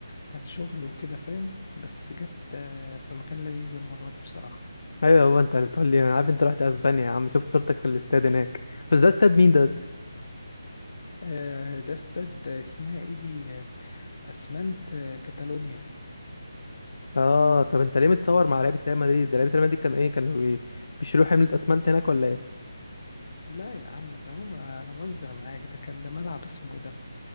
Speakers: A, on the left; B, on the left.
A: كانت شغل وكده فاهم بس جت آه، في مكان لذيذ المره دي بصراحه
B: ايوه يابا انت اللي بتقول لي انا عارف انت رحت اسبانيا يا عم شفت صورتك في الاستاد هناك بس ده استاد مين ده يا اسطى
A: آه، ده استاد آه، اسمها ايه دي آه، اسمنت آه، كاتالونيا
B: اه طب انت ليه متصور مع لعيبه ريال مدريد ده لعيبه ريال مدريد كان ايه كانوا بي- بيشيلوا حمله اسمنت هناك ولا ايه
A: لا يا عم ده هو انا بهزر معاك ده كان ده ملعب اسمه ايه ده